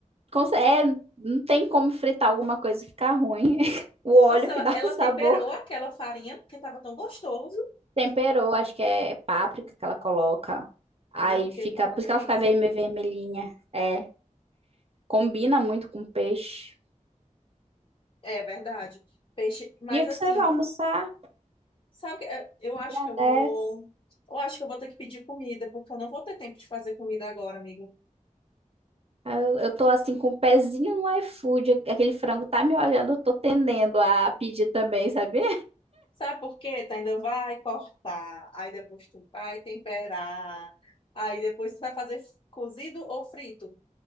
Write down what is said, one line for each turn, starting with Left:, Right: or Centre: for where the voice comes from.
Right: Cons- É, não tem como fritar alguma coisa e ficar ruim. <laughs> O óleo
Left: Nossa, ela,
Right: que dá
Left: ela
Right: o sabor.
Left: temperou aquela farinha porque tava tão gostoso.
Right: Temperou, acho que é páprica que ela coloca. Aí
Left: Ah, porque
Right: fica,
Left: tava
Right: por
Left: uma
Right: isso
Left: delícia.
Right: que ela fica verme- vermelhinha. É, combina muito com peixe.
Left: É verdade. Peixe, mas
Right: E o
Left: assim,
Right: que você vai almoçar?
Left: Sabe, que, eh, eu acho
Right: Agradece.
Left: que eu vou. Eu acho que eu vou ter que pedir comida, porque eu não vou ter tempo de fazer comida agora, amigo.
Right: Aí Eu, eu tô assim com o pezinho no iFood. Aque- Aquele frango tá me olhando, eu tô tendendo a pedir também, sabia?
Left: Sabe por quê? Tu ainda vai cortar, aí depois tu vai temperar, aí depois tu vai fazer cozido ou frito.